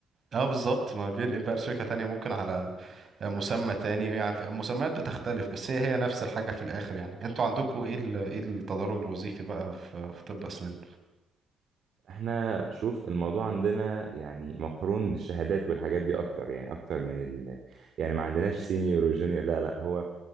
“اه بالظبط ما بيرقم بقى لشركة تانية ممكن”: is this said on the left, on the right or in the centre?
Right